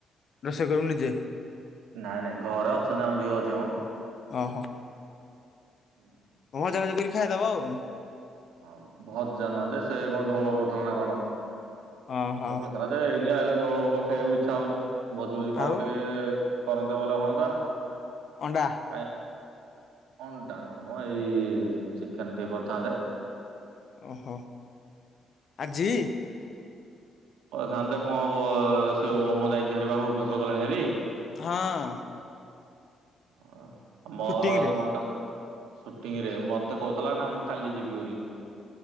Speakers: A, on the left; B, on the right.
A: ରୋଷେଇ କରୁ ନିଜେ
B: ନାଇଁ ନାଇଁ ଘରେ ଅଛନ୍ତି ଆମ ଝିଅ ଅଛି ମ।
A: ଓ ହଁ।
B: ହୁଁ।
A: ଭଜା ଭାଜି କରି ଖାଇଦବ ଆଉ।
B: ହଁ ଭଜା ନହେଲେ ସେ କଣ ଝୋଳ କରୁଥିଲା ନା କଣ
A: ଓହୋ
B: କରୁଥିଲା। ଏ ଏଇନକା ହେଲେ ଝଳ ଫଳ ଖାଇବାକୁ ଇଚ୍ଛା ହଉନି ଭୋଜି ଭୋଜି କଣ
A: ଆଉ
B: ଟିକେ କରନ୍ତେ ବଲେ ହୁଅନ୍ତା।
A: ଅଣ୍ଡା।
B: <unintelligible> ଅଣ୍ଡାଣୁ ନୁହମ ଏଇ ଚିକେନ ଟିକେ କରିଥାନ୍ତେ।
A: ଓହୋ ଆଜି
B: କର ଥନ୍ତେ ଯେ କଣ ହବ ସେ ଓମ ଯାଇଛି ହରି ବା ଭୁବନେଶ୍ୱର ଗଲାଣି ହେରି।
A: ହଁ।
B: ଓ ମୋର
A: ସୁଟିଂରେ
B: ମୋର କାଲି। ସୁଟିଂ ରେ ମତେ କହୁଥିଲା ନା ମୁଁ କାଲି ଯିବି ବୋଲି।